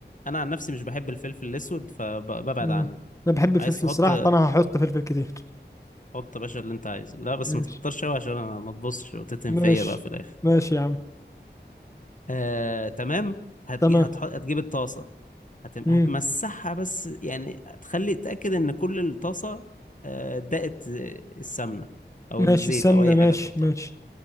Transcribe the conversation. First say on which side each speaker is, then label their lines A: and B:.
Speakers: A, on the left; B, on the left.
A: انا عن نفسي مش بحب الفلفل الاسود فببعد
B: انا
A: عنه
B: أنا بحب الفلفل
A: عايز تحط
B: الصراحه فانا هحط فلفل كتير
A: حط يا باشا اللي انت عايزه لا بس
B: ماشي
A: ما تكترش قوي عشان انا ما تبصش وتتهم
B: ماشي
A: فيا بقى في الاخر
B: ماشي يا عم
A: آه، تمام هتجي
B: تمام
A: هتح... هتجيب الطاسة هتم...
B: امم
A: هتمسحها بس يعني تخلي تأكد إن كل الطاسة آه، دقت آه، السمنة أو
B: ماشي
A: الزيت
B: السمنه
A: أو أي
B: ماشي
A: حاجة تحطها
B: ماشي